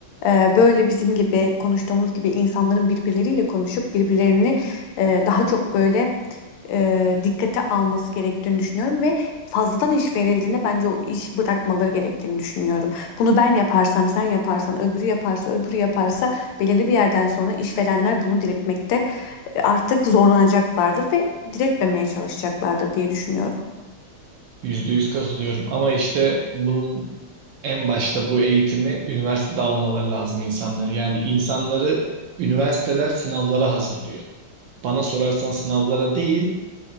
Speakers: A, on the left; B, on the right.
A: Ee, böyle bizim gibi konuştuğumuz gibi insanların birbirleriyle konuşup birbirlerini e, daha çok böyle e, dikkate alması gerektiğini düşünüyorum ve fazladan iş verildiğinde bence o işi bırakmaları gerektiğini düşünüyorum. Bunu ben yaparsam, sen yaparsan, öbürü yaparsa, öbürü yaparsa belirli bir yerden sonra işverenler bunu diretmekte e, artık zorlanacaklardır ve diretmemeye çalışacaklardır diye düşünüyorum.
B: Yüzde yüz katılıyorum ama işte bunun en başta bu eğitimi üniversitede almaları lazım insanları. Yani insanları üniversiteler sınavlara hazırlıyor. Bana sorarsan sınavlara değil,